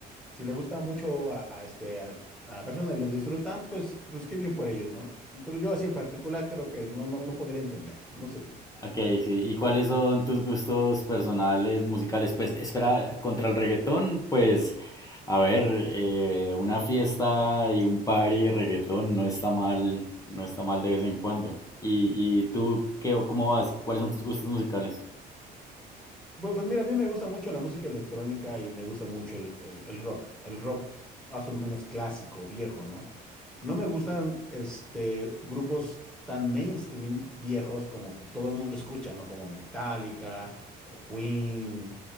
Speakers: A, in the centre; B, on the left.
A: si le gusta mucho a, a este al- a la persona y lo disfrutan, pues, pues qué bien por ellos, ¿no? Pero yo así en particular creo que no, no, no podría entenderlo. No sé tú.
B: Ok, sí. ¿Y cuáles son tus gustos personales, musicales? Pues espera, contra el reggaetón, pues, a ver, eh, una fiesta y un party de reggaetón no está mal, no está mal de vez en cuando. ¿Y, y tú qué, cómo vas? ¿Cuáles son tus gustos musicales?
A: Pues, pues mira, a mí me gusta mucho la música electrónica y me gusta mucho el, el- el rock, el rock más o menos clásico, viejo, ¿no? No me gustan este, grupos tan mainstream viejos como que todo el mundo escucha, ¿no? Como Metallica o Queen